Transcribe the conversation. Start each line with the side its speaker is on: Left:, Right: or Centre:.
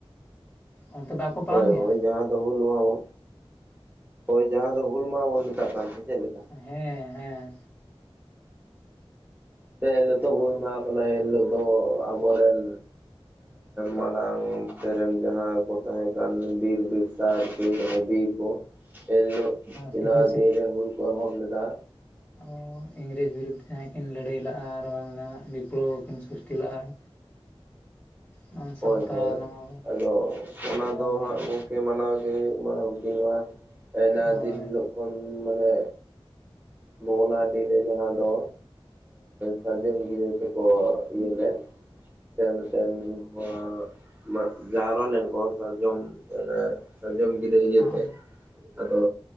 Left: ᱚᱱᱛᱮ ᱵᱟᱠᱚ ᱯᱟᱲᱚᱱ
Right: ᱦᱳᱭ
Left: ᱜᱮᱭᱟ᱾
Right: ᱦᱳᱭ ᱡᱟᱦᱟᱸ ᱫᱚ ᱦᱩᱞ ᱢᱟᱦᱟᱸ ᱵᱚ ᱦᱳᱭ ᱡᱟᱦᱟᱸ ᱫᱚ ᱦᱩᱞ ᱢᱟᱦᱟ ᱵᱚᱱ ᱢᱮᱛᱟᱜ ᱠᱟᱱ ᱪᱮᱫ ᱞᱮᱠᱟ᱾
Left: ᱦᱮᱸ ᱦᱮᱸ
Right: ᱥᱮ ᱱᱤᱳᱛᱜ ᱦᱩᱞ ᱠᱟᱱᱟ ᱮᱤᱞᱳᱜ ᱫᱚ ᱟᱵᱚᱨᱮᱱ ᱢᱟᱲᱟᱝ ᱛᱮᱨᱮ ᱨᱮᱱ ᱡᱟᱦᱟᱸ ᱠᱚ ᱛᱟᱦᱮᱸ ᱠᱟᱱ ᱵᱤᱨ ᱵᱤᱨᱥᱟ ᱟᱨᱠᱤ ᱵᱤᱨ ᱠᱚ ᱮᱱᱦᱤᱞᱳᱜ
Left: ᱥᱤᱫᱩ
Right: ᱚᱱᱟ ᱫᱤᱱ ᱨᱮ ᱦᱩᱞ ᱠᱚ ᱮᱦᱚᱵ ᱞᱮᱫᱟ᱾
Left: ᱟᱵᱚ ᱤᱝᱨᱮᱡᱽ ᱵᱤᱨᱩᱫᱽᱷ ᱡᱟᱦᱟᱸᱭ ᱠᱤᱱ ᱞᱟᱹᱲᱦᱟᱹᱭ ᱞᱟᱜᱼᱟ ᱟᱨ ᱵᱟᱝ ᱡᱟᱦᱟᱱᱟᱜ ᱵᱤᱯᱞᱚᱵᱚ ᱦᱚᱸ ᱠᱤᱱ ᱥᱨᱤᱥᱴᱤ ᱞᱟᱜᱼᱟ᱾ ᱱᱚᱣᱟ ᱥᱟᱶᱛᱟ
Right: ᱦᱳᱭ ᱦᱳᱭ
Left: ᱱᱚᱣᱟ
Right: ᱟᱫᱚ ᱚᱱᱟ
Left: ᱫᱷᱚᱨᱚᱢ
Right: ᱫᱚ
Left: ᱵᱟᱠᱷᱨᱟ
Right: ᱦᱟᱸᱜ ᱜᱚᱝᱠᱮ ᱠᱮ ᱢᱟᱱᱟᱣ ᱜᱮ ᱦᱩᱭᱩᱜ ᱢᱟ ᱩᱱᱠᱤᱱ ᱱᱚᱣᱟ ᱟᱭᱢᱟ
Left: ᱦᱳᱭ
Right: ᱫᱤᱱ ᱦᱤᱞᱳᱜ ᱠᱷᱚᱱ ᱢᱟᱱᱮ ᱵᱷᱚᱜᱽᱱᱟᱰᱤ ᱨᱮ ᱡᱟᱦᱟᱸ ᱫᱚ ᱥᱟᱨᱡᱚᱢ ᱜᱤᱹᱨᱟ ᱠᱚ ᱤᱭᱟᱹ ᱞᱮᱫ ᱥᱮᱢ‌ ᱥᱮᱢ ᱱᱚᱣᱟ ᱢᱟᱜᱽ ᱡᱟᱣᱨᱟᱞᱮᱱ ᱠᱚ ᱥᱟᱨᱡᱚᱢ ᱜᱤᱹᱨᱟ ᱥᱟᱨᱡᱚᱢ ᱜᱤᱹᱨᱟ ᱤᱭᱟᱹᱛᱮ
Left: ᱟᱨ
Right: ᱟᱫᱚ